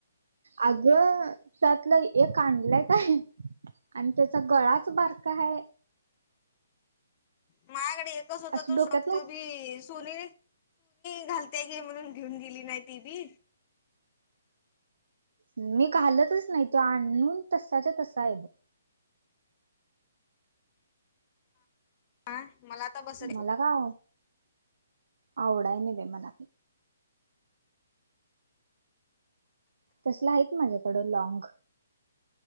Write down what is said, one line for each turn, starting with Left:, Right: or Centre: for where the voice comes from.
Right: अगं त्यातलं एक आणलंय काय आणि त्याचा गळाच बारका हाये
Left: माझ्याकडे एकच होता
Right: असं
Left: तो
Right: डोक्यात
Left: शॉर्ट
Right: न
Left: त्यो बी सोनी घातल्या घे म्हणून घेऊन गेली नाही ते बी
Right: मी घालतच नाही तो आणून तसाचा तसा आहे बघ
Left: ह मला आता बस
Right: मला काय आवडाय नाही मला तसला आहे माझ्याकडं लँग